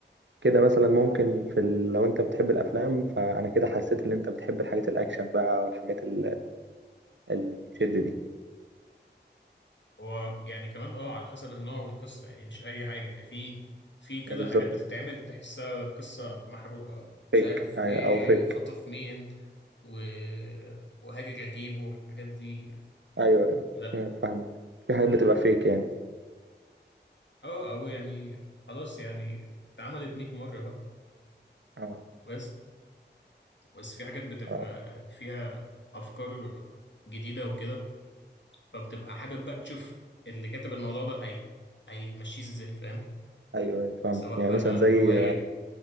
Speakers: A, on the right; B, on the left.
A: كده مثلا ممكن في ال... لو انت بتحب الافلام فانا كده حسيت ان انت بتحب الحاجات الاكشن بقى والحاجات ال- اللي بتشد دي
B: هو يعني كمان اه على حسب النوع والقصة يعني مش أي حاجة يعني في في كده
A: بالظبط
B: حاجات بتتعمل تحسها قصة محروقة مش
A: فيك
B: عارف
A: أي-
B: ايه
A: او فيك
B: خطف مين و... وهاجر أجيبه والحاجات دي
A: ايوه
B: لأ
A: ايوه فاهمك في حاجات بتبقى فيك يعني
B: اه أو يعني خلاص يعني اتعملت مية مرة بقى
A: اه
B: بس بس في حاجات بتبقى
A: آه.
B: فيها أفكار جديدة وكده فبتبقى حابب بقى تشوف اللي كاتب الموضوع ده هي هيمشيه ازاي فاهم
A: ايوه ايوه فاهم
B: سواء
A: يعني
B: بقى
A: مثلا زي
B: رواية